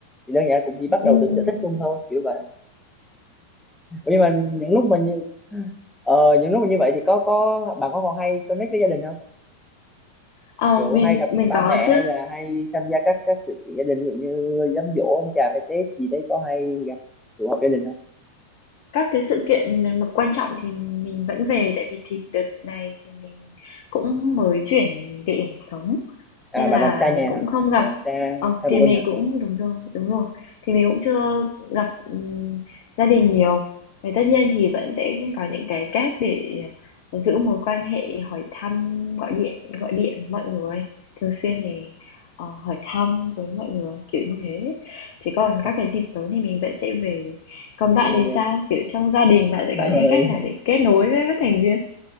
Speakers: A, in the centre; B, on the left.
A: thì đơn giản cũng chỉ bắt
B: Ừm,
A: đầu từ cái sở thích chung thôi kiểu vậy Ủa, nhưng mà những lúc mình như ờ, những lúc mà như vậy thì có có bạn có còn hay connect với gia đình không
B: ờ,
A: kiểu
B: mình
A: hay gặp
B: mình
A: ba
B: có
A: mẹ
B: chứ.
A: hay là hay tham gia các các sự kiện gia đình ví dụ như đám giỗ ông bà phải Tết gì đấy có hay gặp tụ họp gia đình không
B: Các cái sự kiện mà quan trọng thì mình vẫn về tại vì thì đợt này thì mình cũng mới chuyển địa điểm sống.
A: à
B: Nên là
A: bạn làm xa nhà
B: mình cũng
A: hả
B: không gặp
A: bạn làm xa
B: ờ,
A: xa
B: thì
A: phụ huynh
B: mình
A: hả
B: cũng đúng rồi, đúng rồi. Thì mình cũng chưa gặp, ừm, gia đình nhiều. Thì tất nhiên thì vẫn sẽ có những cái cách để ờ, giữ mối quan hệ, hỏi thăm, gọi điện gọi điện với mọi người, thường xuyên để, ờ, hỏi thăm với mọi người, kiểu như thế. Chứ còn
A: à,
B: các cái dịp lớn thì mình vẫn sẽ về. Còn bạn
A: dạ,
B: thì sao?
A: dạ.
B: Kiểu, trong gia đình bạn sẽ
A: Rồi.
B: có những cái cách nào để kết nối với các thành viên?